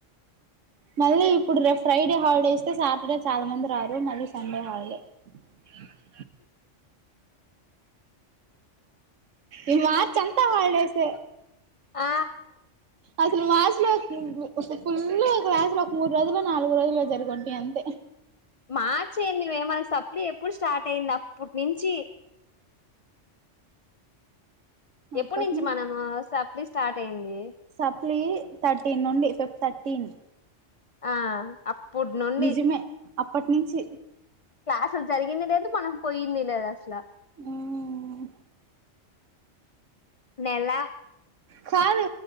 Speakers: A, on the right; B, on the left.
A: మళ్ళీ ఇప్పుడు రేపు ఫ్రైడే హాలిడే ఇస్తే సాటర్డే చాలా మంది రారు మళ్ళీ సండే హాలిడే ఆ ఈ మార్చ్ అంతా హాలిడేస్
B: ఆ
A: అసలు మాసులో ఫుల్ క్లాసులు ఒక మూడు రోజులు నాలుగు రోజుల్లో జరుగుంటాయి అంతే
B: మార్చ మేమన సప్లి ఎప్పుడు స్టార్ట్ అయింది అప్పటి నుంచి ఎప్పుటి
A: అప్పటి
B: నుంచి మనము సప్లి స్టార్ట్ అయింది
A: సప్లి థర్టీన్ నుండి ఫిఫ్ థర్టీన్
B: ఆ అప్పుడు నుండి
A: నిజమే అప్పటి నుంచి
B: క్లాసుల్ జరిగింది లేదు మనం పోయింది లేదు అస్సలా
A: మ్మ్
B: నెలా
A: కాదు